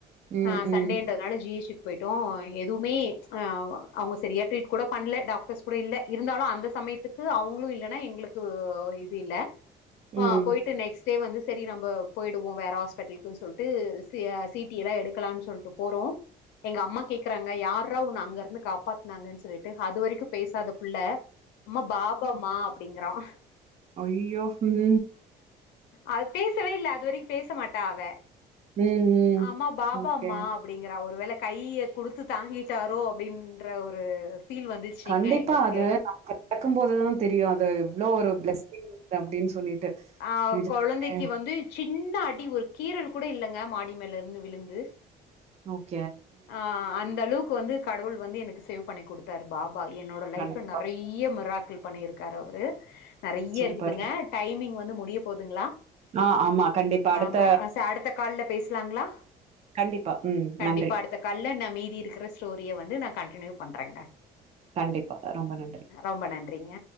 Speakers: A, on the right; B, on the left.
A: ம்
B: ஆஹ்
A: ம்
B: சண்டேன்றதுனால ஜி ஹச்சு போயிட்டோம் எதுவுமே ஆஹ் அவங்க சரியா ட்ரீட் கூட பண்ணல டாக்டர்ஸ் கூட இல்ல இருந்தாலும் அந்த சமயத்துக்கு அவங்களும் இல்லைன்னா எங்களுக்கு இது இல்ல
A: ம்
B: ஆ போயிட்டு நெக்ஸ்ட் டே வந்து செரி உ ம்பா போயிடுவோம் வேற ஹாஸ்பிட்டலுக்குன்னு சொல்லிட்டு சீட்டி எல்லாம் எடுக்கலாம்னு சொல்லிட்டு போறோம் எங்க அம்மா கேக்குறாங்க யாரா உன்ன அங்க இருந்து காப்பாத்துனாங்கன்னு சொல்லிட்டு அது வரைக்கும் பேசாத புள்ள அம்மா பாப்பாமா அப்படிங்கறான்
A: ஐய்யயோ உம்
B: அது பேர் பேசவே இல்ல அது வரைக்கும் பேச மாட்ட அவ
A: ம், ம்.
B: அம்மா பாப்பா
A: ஓகே.
B: அம்மா அப்படிங்கற ஒரு வேல கைய கொடுத்து தாங்கிட்டாரோ அப்படின்ற ஒரு ஃபீல் வந்துச்சுங்க
A: கண்டிப்பா
B: எங்களுக்கு
A: அது நமக்கு நடக்கும் போதுதான் தெரியும் அது எவ்ளோ ஒரு பிளசிங் அப்படின்னு சொல்லிட்டு
B: ஆஹ்
A: நிஜமாவே
B: கொழந்தைக்கு வந்து சின்ன அடி அடி ஒரு கீரல் கூட இல்லங்க மாடி மேல இருந்து விழுந்து
A: ஓக்
B: ஆஹ் அந்த அளவுக்கு வந்து கடவுள் வந்து எனக்கு சேவ் பண்ணி கொடுத்தாரு பாப்பா என்னோட லைஃப்
A: கண்டிப்பா.
B: நெ றைய மிராக்கள் பண்ணியிருக்காரு அவரு நெறைய
A: சூப்பர்.
B: இருக்குதுங்க டைமிங் வந்து முடிய போதுங்களா
A: ஆஹ் ஆமா கண்டிப்பா அடுத்த
B: ஆமா அடுத்த கால்ல பேசலாங்களா
A: கண்டிப்பா ம்
B: கண்டிப்பா
A: நன்றி
B: அடுத்த கால்ல நான் மீதி இருக்கிற ஸ்டோரிய வந்து நான் கண்டினியூ பண்றேன் ரங்கா
A: கண்டிப்பா. ரொம்ப நன்றி.
B: ரொம்ப நன்றிங்க